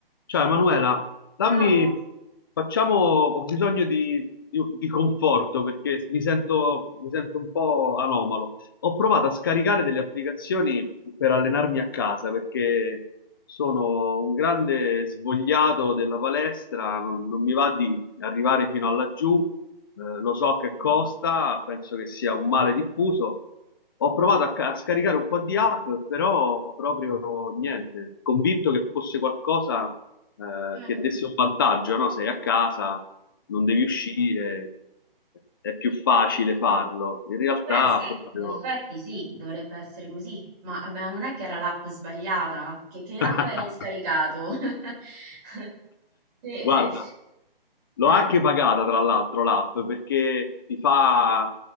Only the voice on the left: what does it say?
Ciao Emanuela, dammi,
facciamo, ho bisogno di, di- di conforto perché mi sento, mi sento un po' anomalo. Ho provato a scaricare delle applicazioni per allenarmi a casa perché sono un grande svogliato della palestra, non, non mi va di arrivare fino a laggiù eh, lo so che
costa, penso che sia un male diffuso. Ho provato a, ca- a scaricare un po' di app, però proprio niente, convinto che fosse qualcosa eh,
che desse un vantaggio, no? Sei a casa, non devi uscire, è più facile farlo. In realtà
proprio...
<laughs>
Guarda, L'ho
anche pagata tra l'altro l'app perché ti fa,